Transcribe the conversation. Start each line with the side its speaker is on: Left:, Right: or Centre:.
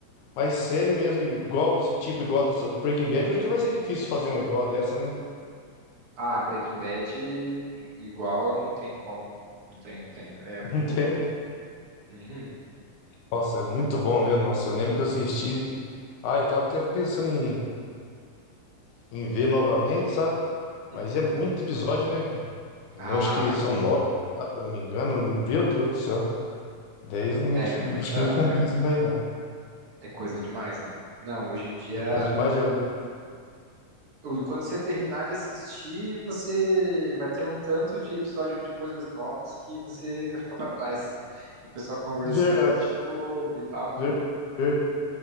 Left: Mas série mesmo, igual desse tipo, igual dessa do Breaking Bad, eu acho que vai ser difícil fazer uma igual dessa, né?
Right: Ah, Breaking Bad, igual, não tem como. Não tem, não tem. É muito
Left: <laughs> Não tem,
Right: bom.
Left: né?
Right: Uhum,
Left: Nossa, é muito bom mesmo. Nossa, eu lembro que eu assisti. Ah, eu tava até pensando em, em ver novamente, sabe?
Right: uhum.
Left: Mas é muito episódio, né? Eu
Right: Ah,
Left: acho que são
Right: sim.
Left: nove, se eu não me engano. Meu Deus do céu. Dez, eu não-
Right: É muita.
Left: acho que não compensa mais, não.
Right: É, é coisa demais, velho. Não, hoje em dia.
Left: É coisa demais, é um...
Right: o- Quando você terminar de assistir, você vai ter um tanto de episódio de coisas novas que você vai ficar pra trás. E o pessoal conversando
Left: Verdade.
Right: sobre e tal.
Left: Ver, ver-